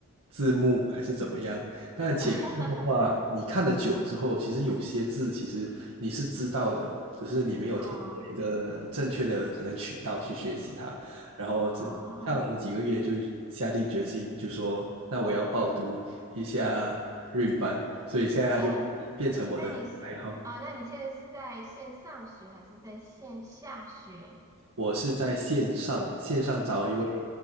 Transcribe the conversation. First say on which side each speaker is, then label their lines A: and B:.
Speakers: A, on the right; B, on the right.
A: 字幕还是怎么样，但潜移的话，
B: <laughs>
A: 你看的久之后，其实有些字其实你是知道的，只是你没有通过一个正确的可能渠道去学习它，
B: 哦
A: 然后这上几个月就下定决心，
B: 哦，
A: 就说那我要报读一下日语班，所以现在他就变成我的爱好。
B: 哎，那你是啊、那你现在是在线上学还是在线下学？
A: 我是在线上线上找一位
B: 啊？